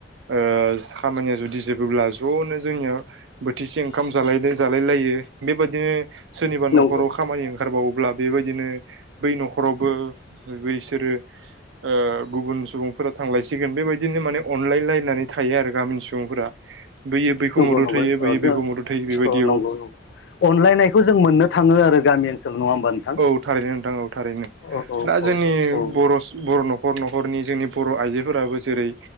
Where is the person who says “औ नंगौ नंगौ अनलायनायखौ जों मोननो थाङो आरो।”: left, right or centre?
Left